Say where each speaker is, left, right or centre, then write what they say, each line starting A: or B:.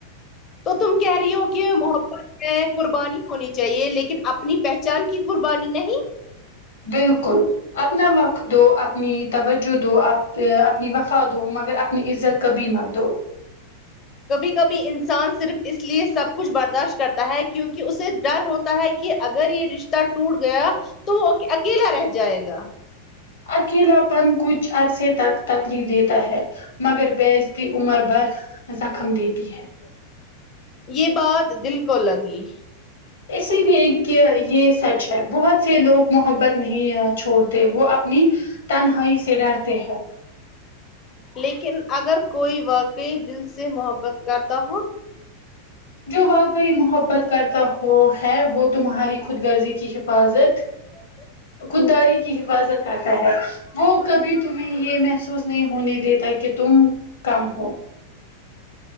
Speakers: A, on the left; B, on the left.
A: تو تم کہہ رہی ہو کہ محبت میں قربانی ہونی چاہیے لیکن اپنی پہچان کی قربانی نہیں
B: بالکل اپنا وقت دو اپنی توجہ دو اپنی وفا دو مگر اپنی عزت کبھی مت دو
A: کبھی کبھی انسان صرف اس لیے سب کچھ برداشت کرتا ہے کیونکہ اسے ڈر ہو تا ہے کہ اگر یہ رشتہ ٹوٹ گیا تو وہ اکیلا رہ جائے گا
B: اکیلا پن کچھ عرصے تک تکلیف دیتا ہے مگر بیزتی عمر بھر زخم دیتی ہے
A: یہ بات دل کو لگی
B: اسی لی ایک یہ سچ ہے بہت سے لوگ محبت نہیں چھوڑتے وہ اپنی تنہائی سے ڈرتے ہیں
A: لیکن اگر کوئی واقعی دل سے محبت کرتا ہو
B: جو واقعی محبت کرتا ہو ہے وہ تمہاری خود غرضی کی حفاظت
A: ا
B: خود داری کی حفاظت کرتا ہے وہ کبھی تمہیں یہ محسوس نہیں ہونے دیتا کہ تم کم ہو